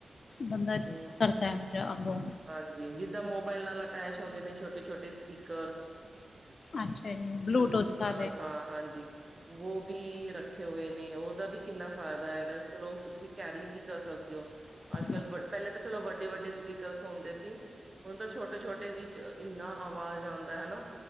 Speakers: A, on the left; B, on the right.
A: ਬੰਦਾ ਕਰਦਾ
B: ਹੂੰ।
A: ਜ ਅੱਗੋਂ
B: ਹਾਂਜੀ ਜਿੱਦਾਂ ਮੋਬਾਇਲ ਨਾਲ ਅਟੈਚ ਹੁੰਦੇ ਨੇ ਛੋਟੇ-ਛੋਟੇ ਸਪੀਕਰਸ
A: ਅੱਛਾ ਜੀ
B: ਬਲੂਟੂਥ ਨਾਲ
A: ਵਾਲੇ
B: ਹਾਂ ਹਾਂਜੀ। ਓ ਵੀ ਰੱਖੇ ਹੋਏ ਨੇ ਉਹਦਾ ਵੀ ਕਿੰਨਾ ਫਾਇਦਾ ਹੈਗਾ ਚਲੋ ਤੁਸੀਂ ਕੈਰੀ ਵੀ ਕਰ ਸਕਦੇ ਹੋ।
A: ਹ
B: ਬਿਲਕੁਲ ਪੈਲੇ ਤਾ ਚਲੋ ਵੱਡੇ-ਵੱਡੇ ਸਪੀਕਰਸ ਹੁੰਦੇ ਸੀ। ਹੁਣ ਤਾ ਛੋਟੇ-ਛੋਟੇ ਵਿੱਚ ਇੰਨਾ ਆਵਾਜ਼ ਆਂਦਾ ਹਨਾ।